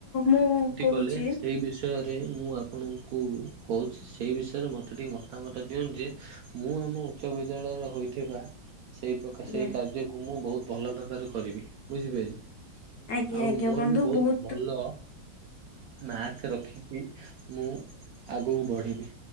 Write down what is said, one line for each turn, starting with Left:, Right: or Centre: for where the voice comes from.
Left: ମୁଁ କହୁଛି
Right: କଲେ ସେଇ ବିଷୟରେ ମୁଁ ଆପଣଙ୍କୁ କହୁଛି ସେହି ବିଷୟରେ ମୋତେ ଟିକେ ମତାମତ ଦିଅନ୍ତୁ, ଯେ ମୁଁ ଆମ ଉଚ୍ଚ ବିଦ୍ୟାଳୟର ହୋଇଥିବା ସେଇ ପ୍ରକାର
Left: ଆଜ୍ଞା
Right: ସେଇ କାର୍ଯ୍ୟକୁ ମୁଁ ବହୁତ ଭଲ ଭାବରେ କରିବି। ବୁଝିପାରିଲେ?
Left: ଆଜ୍ଞା
Right: ଆଉ
Left: ଆଜ୍ଞା।
Right: ମୋର
Left: ବନ୍ଧୁ
Right: ବି ବହୁତ
Left: ବହୁ
Right: ଭଲ ମାର୍କ ରଖ ରଖିକି ମୁଁ ଆଗକୁ ବଢିବି,